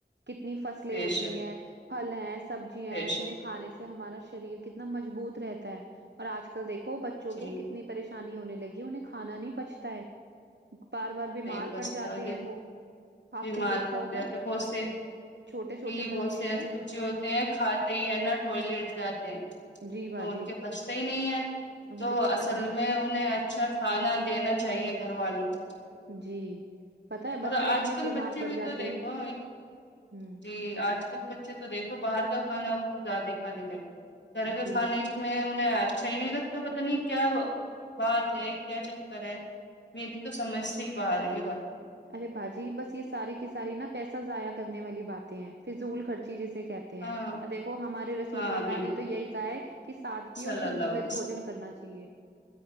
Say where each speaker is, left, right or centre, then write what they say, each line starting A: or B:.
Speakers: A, on the right; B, on the left.
A: کتنی فصلیں
B: پیش
A: ہوتی ہیں پھل ہیں سبزیاں
B: پیش
A: ہیں جنہیں کھانے سے ہمارا شریر کتنا مجبوط رہتا ہے اور آج کل دیکھو بچوں
B: جی
A: کو کتنا اتنی پریشانی ہونے لگی ہے انہیں کھا نہیں پچتا ہے بار بار بیمار
B: صحیح پستا
A: پڑ جاتے
B: کہ
A: ہیں وہ آپ
B: بیمار
A: نے دیکھا
B: پڑھ
A: ہوگا
B: جاتے ہے بہت سے
A: چھوٹے چھوٹے
B: کہ بہت
A: بچے ہیں
B: ایسے بچے ہوتے ہیں کھاتے ہی ہیں نا ٹوائلیٹ جاتے ہیں
A: جی باجی
B: تو ان کے پچھتے ہی نہیں ہے
A: ان
B: تو
A: کو
B: اصل
A: پچھتا نہیں
B: میں انہیں اچھا کھانا دینا چاہیے گھر والوں کو
A: جی پتا ہے
B: اور
A: بچوں
B: آج
A: اتنے
B: کل
A: بیمار
B: بچے
A: پڑ
B: بھی
A: جاتے
B: تو دیکھو
A: ہیں ہوں
B: جی آج کل بچے تو دیکھو باہر کا کھانا کچھ زیادہ ہی کھانے لگے گھر کے
A: جی
B: کھانے میں انہیں اچھا ہی نہیں لگتا پتا نہیں کیا بات ہے کیا چکر ہے میری تو سمجھ سے ہی باہر ہے یہ بات
A: ارے باجی بس یہ ساری کی ساری نا پیسہ ضائع کرنے والی باتیں ہیں فضول خرچی جسے کہ تے
B: ہاں
A: ہیں دیکھو ہمارے رسول
B: ہاں
A: اللہ
B: بالکل
A: نے تو یہی کہا ہے کہ سادگی
B: صلی
A: اور
B: اللہ
A: سنتولت
B: علیہ وسلم
A: بوجن کرنا چاہیے